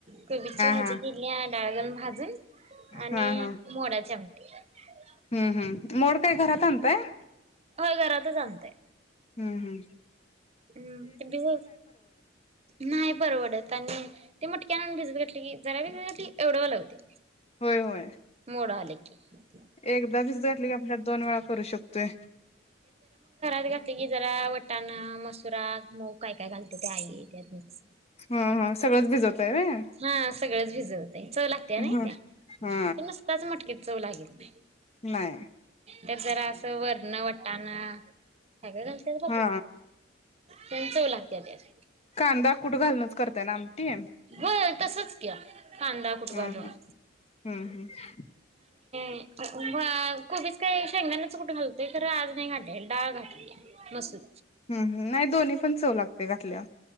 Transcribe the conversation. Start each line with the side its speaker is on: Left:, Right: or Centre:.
Right: कोबीची भाजी
Left: हा
Right: केली आज कालवण भात हमम आणि
Left: हा हा
Right: मोडाच्या <unintelligible>
Left: हम्म हम्म मोड काय घरात आणताय.
Right: होय घरातच आणतय.
Left: हमम हमम
Right: हमम ते दिव नाही परवडत आणि ते मटक कॅन भिजत घातली की जरा भिज एवढा वेळ लावते
Left: होय होय
Right: मोड आले खट्ट
Left: एकदा भिजत घातली की आपल्या दोन वेळा करू शकतोय
Right: भिजत घातली की जरा वटाण मस <unintelligible> मग काय काय घालते ते आई त्यात मस
Left: हा हा सगळंच भिजवताय व्हय
Right: हा सगळंच भिजवतय चव लागते नाही
Left: हा
Right: त्या
Left: हा
Right: नुसताच मटकीत चव लागेल
Left: नाय
Right: तर जरा असं वरन वटाण सगळ घालतेस बापारू
Left: हा
Right: त्यांन चव लागते त्यात
Left: कांदा कुट घालूनच करताय ना आमटी हमम
Right: होय तसच की कांदा कुट
Left: हमम
Right: घालून
Left: हमम हमम
Right: अ ए कोबीच काही शेंगदाण्याच कुट घालतोय खर आज नाही घातले डाळ घातली मसुर
Left: हमम हम नाही दोन्ही पण चव लागते घातल्यावर